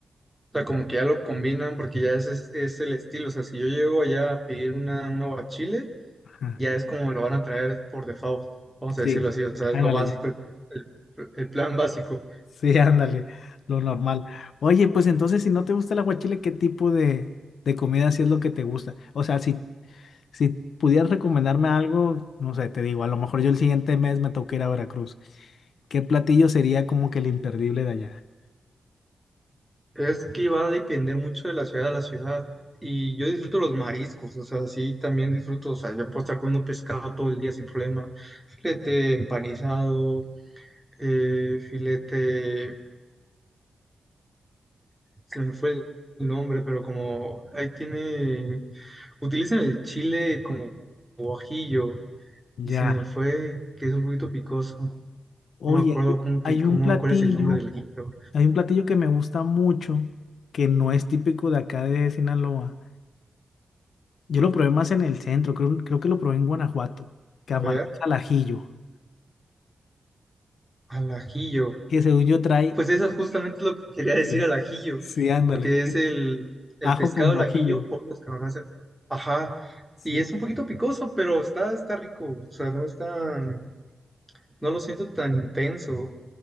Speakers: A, in the centre; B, on the left.
A: O sea, como que ya lo combinan porque ya ese es, es el estilo. O sea, si yo llego allá a pedir una, un aguachile,
B: Ajá.
A: ya es como lo van a traer por default, vamos a
B: Sí.
A: decirlo así. O sea, es
B: Ándale,
A: lo básico,
B: ya.
A: el, el- el plan básico.
B: sí, ándale, lo normal. Oye, pues entonces, si no te gusta el aguachile, ¿qué tipo de, de comida sí es lo que te gusta? O sea, si Si pudieras recomendarme algo, no sé, te digo, a lo mejor yo el siguiente mes me toca ir a Veracruz. ¿Qué platillo sería como que el imperdible de allá?
A: Es que va a depender mucho de la ciudad a la ciudad. Y yo disfruto los mariscos, o sea, sí, también disfruto, o sea, yo puedo estar comiendo pescado todo el día sin problema. Filete empanizado, eh, filete, eh, se me fue el el nombre, pero como ahí tiene, utilizan el chile como ajillo
B: Ya.
A: y se me fue, que es un poquito picoso.
B: Oye,
A: No me acuerdo
B: hay
A: cómo, util-
B: hay
A: cómo-
B: un platillo,
A: cuál es el nombre del guillo.
B: hay un platillo que me gusta mucho, que no es típico de acá de Sinaloa. Yo lo probé más en el centro, creo, creo que lo probé en Guanajuato. Camarones
A: A ver,
B: al ajillo,
A: al ajillo.
B: que según yo trae...
A: Pues eso justamente es lo que quería decir
B: Sí,
A: al ajillo,
B: sí, ándale,
A: porque
B: que
A: es el, el
B: ajo
A: pescado
B: con guajillo.
A: al ajillo o los camarones. al- Ajá,
B: Sí.
A: y es un poquito picoso, pero está, está rico, o sea, no es tan, no lo siento tan intenso.